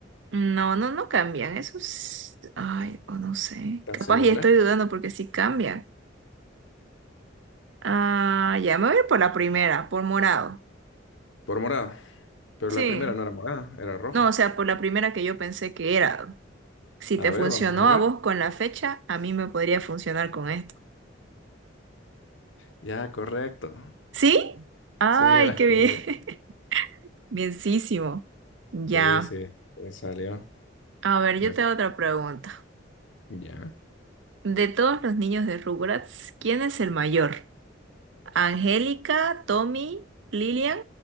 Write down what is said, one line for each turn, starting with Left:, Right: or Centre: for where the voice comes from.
Right: No, no, no cambian. Esos... Ay, o no sé.
Left: ¿estás
Right: Capaz
Left: segura?
Right: ya estoy dudando porque sí cambian. Ah, ya me voy a ir por la primera, por morado.
Left: Por morado. Pero
Right: Sí.
Left: la primera no era morada, era rojo.
Right: No, o sea, por la primera que yo pensé que era. Si
Left: A
Right: te funcionó
Left: ver, vamos a ver.
Right: a vos con la fecha, a mí me podría funcionar con esto.
Left: Ya, correcto.
Right: ¿Sí? ¡Ay,
Left: Sí, eras
Right: qué bien!
Left: correcto.
Right: <laughs> Bienísimo. Ya.
Left: Sí, sí, me salió.
Right: A ver,
Left: Me
Right: yo te
Left: toca.
Right: hago otra pregunta.
Left: Ya.
Right: De todos los niños de Rugrats, ¿quién es el mayor? ¿Angélica, Tommy, Lilian